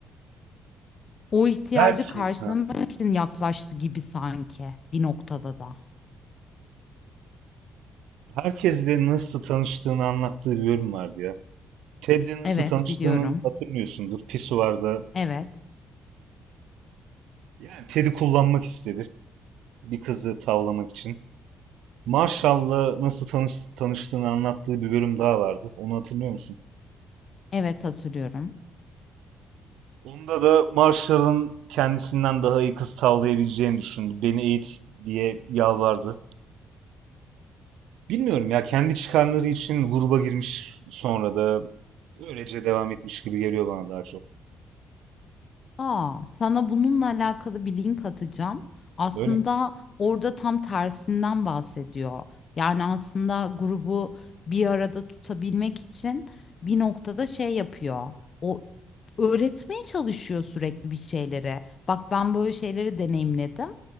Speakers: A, on the left; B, on the right.
A: O ihtiyacı
B: Belki.
A: karşılamak için yaklaştı gibi sanki bir noktada da.
B: Herkesle nasıl tanıştığını anlattığı bir bölüm vardı ya. Ted'le nasıl
A: Evet
B: tanıştığını
A: biliyorum.
B: hatırlıyorsundur. Pisuvarda
A: Evet,
B: yani Ted'i kullanmak istedi bir kızı tavlamak için. Marshall'la nasıl tanış- tanıştığını anlattığı bir bölüm daha vardı. Onu hatırlıyor musun?
A: evet hatırlıyorum.
B: Onda da Marshall'ın kendisinden daha iyi kız tavlayabileceğini düşündü. Beni eğit diye yalvardı. Bilmiyorum ya kendi çıkarları için gruba girmiş sonra da öylece devam etmiş gibi geliyor bana daha çok.
A: Aa, sana bununla alakalı bir link atacağım. Aslında
B: Öyle mi?
A: orada tam tersinden bahsediyor. Yani aslında grubu bir arada tutabilmek için bir noktada şey yapıyor. O öğretmeye çalışıyor sürekli bir şeyleri. Bak ben böyle şeyleri deneyimledim.